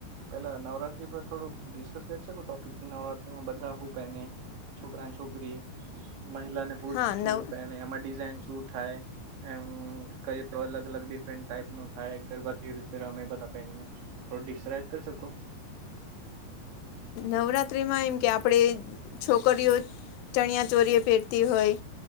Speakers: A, on the right; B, on the left.
A: પેલા નવરાત્રી પર થોડુંક ડિસ્કસ કરી શકો ટોપિક કે નવરાત્રીમાં બધા હું પેને? છોકરાને, છોકરી. મહિલાને પુરુષ
B: હા
A: શું
B: નવ
A: શું પહેને એમાં ડિઝાઇન શું થાય? એમ કયું અલગ અલગ ડિફરન્ટ ટાઈપનું થાય, ગરબા કેવી રીતે રમે બધા રમે ને થોડું ડિસ્ક્રાઈબ કરી શકો?
B: નવરાત્રીમાં એમ કે આપણેે છોકરીઓ ચણિયા ચોરીએ પહેરતી હોય.